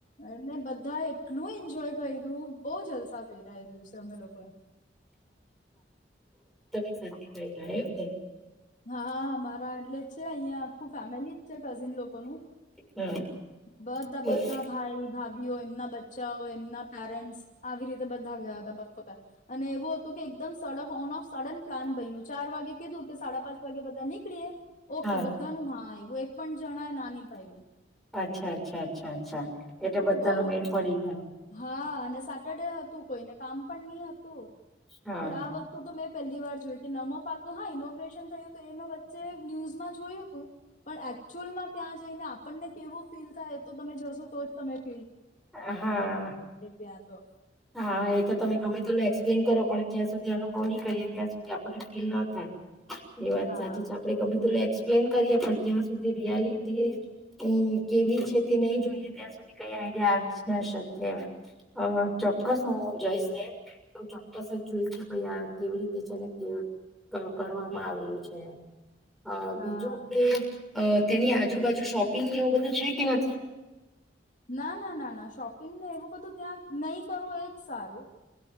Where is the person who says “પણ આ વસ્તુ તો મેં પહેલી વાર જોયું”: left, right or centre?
Left